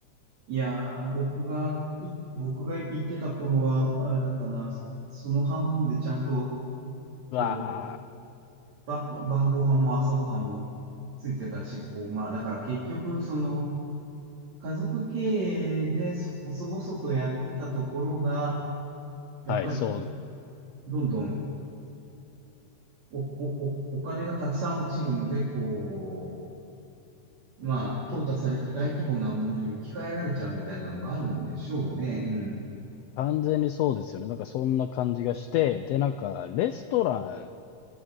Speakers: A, on the right (about 60°); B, on the left (about 80°).
A: いやー、僕が、い、僕が行ってた頃は、あれだったな、その半分でちゃんと、
B: うわ
A: こう、ば、晩ご飯も朝ご飯もついてたし、こう、まあ、だから結局、その、家族経営で、そ細々とやってたところが、やっぱり、
B: あ、はい、そうです。
A: どんどん、お、お、おお金がたくさん落ちるんで、こう、まあ、淘汰されて大規模なものに置き換えられちゃうみたいなのがあるんでしょうね。うん。
B: 完全にそうですよね。なんかそんな感じがして、で、なんか、レストラン、